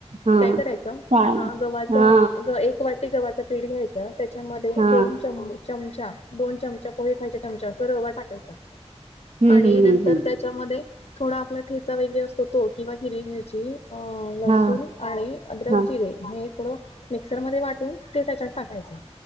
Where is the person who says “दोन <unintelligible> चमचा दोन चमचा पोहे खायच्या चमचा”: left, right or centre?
Left